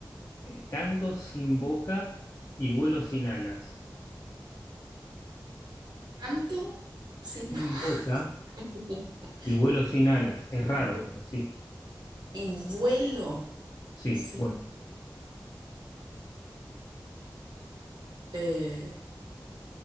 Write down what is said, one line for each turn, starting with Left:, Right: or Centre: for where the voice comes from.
Left: eh, canto sin boca y vuelo sin alas.
Right: Canto sin
Left: Sin
Right: voz.
Left: boca
Right: <laughs> Canto
Left: y vuelo sin alas. Es raro,
Right: sin voz.
Left: pero sí.
Right: Y vuelo
Left: Sí,
Right: sin...
Left: bueno.
Right: eh,